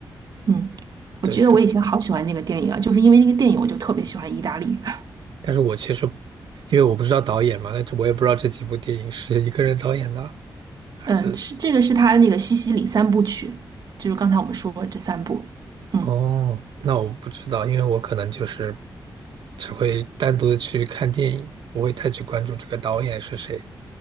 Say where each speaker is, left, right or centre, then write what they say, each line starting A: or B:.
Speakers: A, on the right (about 55°); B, on the right (about 80°).
A: 嗯，
B: 对，
A: 我觉得我以前好喜欢那个电影啊，
B: 但
A: 就是因为那个电影，我就特别喜欢意大利，<laughs>
B: 但是我其实因为我不知道导演嘛，那这我也不知道这几部电影是一个人导演的，还是
A: 嗯，是这个是他的那个西西里三部曲，就是刚才我们说的这三部，嗯
B: 哦，那我不知道，因为我可能就是只会单独的去看电影，不会太去关注这个导演是谁。